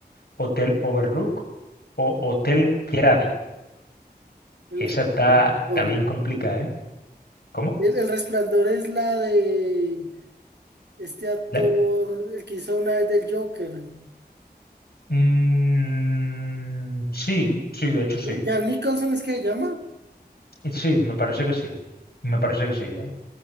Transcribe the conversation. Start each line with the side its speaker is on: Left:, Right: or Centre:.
Left: ¿Hotel Overlook? ¿O Hotel Grady?
Right: El
Left: Esa
Right: resplandor.
Left: está, está bien complicada, ¿eh? ¿Cómo?
Right: El, el resplandor es la de este actor,
Left: La-
Right: el que hizo una vez del Joker.
Left: Mm, sí, sí, de hecho sí.
Right: Eh, ¿Jack Nicholson es que se llama?
Left: Eh, Sí, me parece que sí. Me parece que sí, ¿eh?